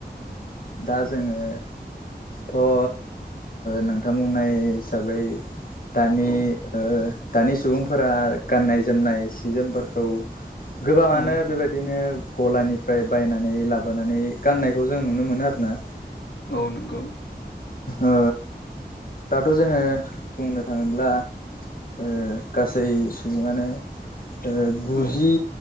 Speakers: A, on the left; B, on the left.
A: दा जोङो थ' गो नोंथां बुंननाय हिसाबै दानि
B: औ
A: ओ दानि सुबुंफोरा गाननाय जोमनाय सि जोमफोरखौ गोबाङानो
B: औ
A: बेबायदिनो गलानिफ्राय बायनानै लाबोनानै गाननायखौ जों नुनो मोनो आरोना।
B: औ नोंगौ।
A: ओ दाथ' जोङो बुंनो थाङोब्ला ओ गासै सुबुङानो ओ गुजि
B: औ